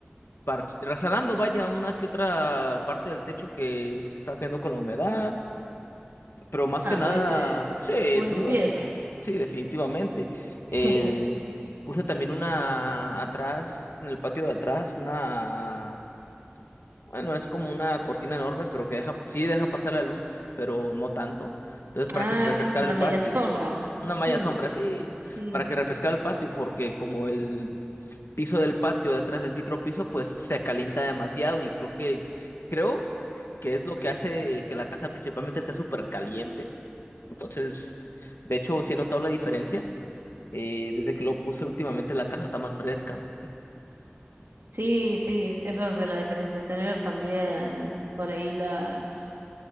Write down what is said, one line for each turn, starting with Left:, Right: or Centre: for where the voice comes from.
Left: par- reparando, vaya, una que otra parte del techo que se está cayendo con la humedad, pero más
Right: Ah,
Left: que
Right: anduviste
Left: nada, sí, estuve
Right: full limpieza.
Left: algo, sí, definitivamente.
Right: <laughs>
Left: Eh, puse también una atrás, en el patio de atrás, una bueno, es como una cortina enorme, pero que deja, sí deja pasar la luz, pero no tanto. Entonces, para
Right: Ah,
Left: que se refrescara
Right: es una
Left: el
Right: media
Left: patio,
Right: sombra.
Left: una
Right: Sí,
Left: malla sombra, sí,
Right: sí,
Left: para que refrescara el patio, porque como el piso del patio detrás del vitro piso, pues se calienta demasiado y creo que, creo que es lo que hace que la casa principalmente esté súper caliente. Entonces, de hecho, sí he notado la diferencia. eh, desde que lo puse últimamente, la casa está más fresca.
Right: sí, sí, eso es la diferencia. Tener también por ahí las